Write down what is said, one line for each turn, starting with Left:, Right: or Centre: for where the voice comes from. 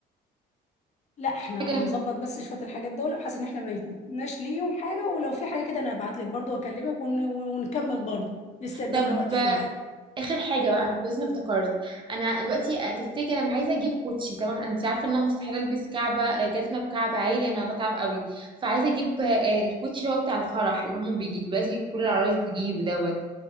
Left: لا احنا
Right: حاجه
Left: هنظبط بس شويه الحاجات دول بحيث ان احنا ما يفوتناش ليهم حاجه ولو في حاجه كده انا هبعت لك برضو واكلمك ون... ونكمل برضو لسه قدامنا
Right: طب
Left: وقت شويه
Right: اخر حاجه بقى بس انا افتكرت انا دلوقتي آه، تفتكر انا عايزه اجيب كوتشي طبعا انت عارفه ان انا مستحيل البس كعبه آه، جزمه بكعب عالي انا بتعب قوي فعايزه اجيب آه، الكوتشي اللي هو بتاع الفرح اللي هم بيجي دلوقتي كل العرايس بتجيبه دوت